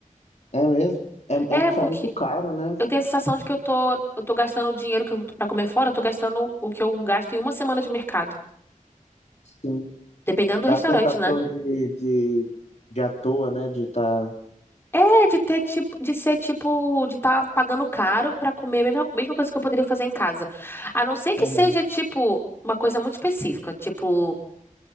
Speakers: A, on the left; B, on the left.
A: É mesmo? É,
B: É,
A: é que
B: porque
A: sai muito caro, né?
B: eu tenho a sensação de que eu tô, eu tô gastando o dinheiro que eu, pra comer fora, eu tô gastando o que eu gasto em uma semana de mercado.
A: Sim.
B: Dependendo do
A: Dá
B: restaurante,
A: a sensação
B: né?
A: de, de, de à toa, né? De estar.
B: É, de ter tipo, de ser tipo, de estar pagando caro pra comer a mesma, mesma coisa que eu poderia fazer em casa. A não ser que
A: Aham.
B: seja, tipo, uma coisa muito específica, tipo,